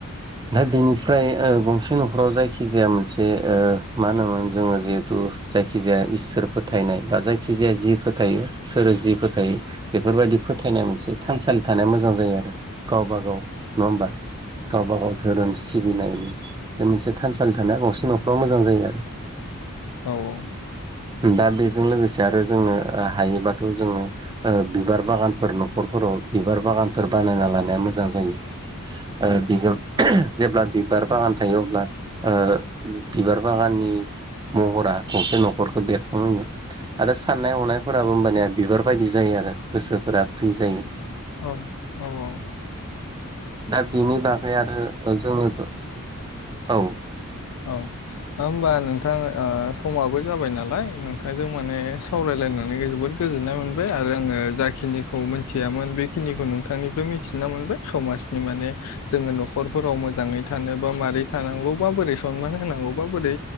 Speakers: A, on the right (about 20°); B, on the left (about 85°).
A: दा बेनिफ्राय ओ गंसे न'खराव जायखि जाया मोनसे ओ मा होनोमोन जोङो जिहेथु जायखिजाया इसोर फोथायनाय बा जायखिजाया जि फोथायो सोर जि फोथायो बेफोरबायदि फो थायनाय मोनसे थानसालि थानाया मोजां जायो आरो गावबाागाव नङा होमबा? गावबा गाव धोरोम सिबिनायनि बे मोनसे थानसालि थानाया गंसे न'खराव मोजां जायो आरो।
B: औ औ।
A: दा बेजों लोगोसे आरो जोंनो हायोबाथ' जोङो बिबार बागानफोर न'खरफोराव बिबार बागानफोर बानायना लानाया मोजां जायो। ओ बिगोम जेब्ला बिबार बागान थायो अब्ला ओ बिबार बागाननि महरा गंसे न'खरखौ बेरखांहोयो आरो साननाय हनायफोराबो होमबानिया बिबार बायदि जायो आरो गोसोफोरा फ्रि जायो।
B: औ औ औ
A: दा बिनि बागै आरो ओजोङो' औ
B: औ होमबा नोंथां ओ समाबो जाबाय नालाय नोंथांजों माने सावरायलायनानै जोबोद गोजोननाय मोन बाय आरो आङो जाखिनिखौ मोनथियामोन बेखिनिखौ नोंथांनिफ्राय मिथिना मोनबाय समाजनि माने जोङो न'खरफोराव मोजाङै थानोबा मारै थानांगौ बा बोरै सनमान होनांगौ बा बोरै